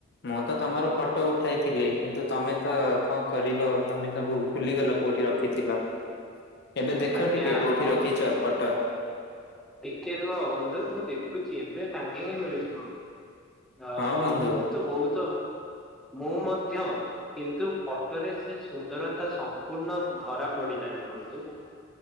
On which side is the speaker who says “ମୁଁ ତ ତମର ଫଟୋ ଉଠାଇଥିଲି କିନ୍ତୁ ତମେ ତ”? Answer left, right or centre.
Left